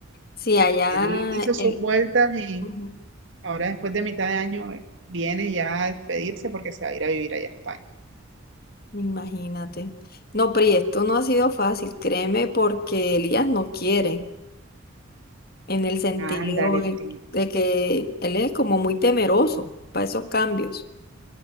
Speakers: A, on the left; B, on the right.
A: si allá,
B: él hizo sus
A: el-
B: vueltas y
A: Ujú,
B: ahora después de mitad de año eh, viene ya a despedirse porque se va a ir a vivir allá a España.
A: imagínate. No, Pri, esto no ha sido fácil, créeme, porque Elías no quiere. en el sentido
B: Ándale,
A: de,
B: primo.
A: de que él es como muy temeroso para esos cambios.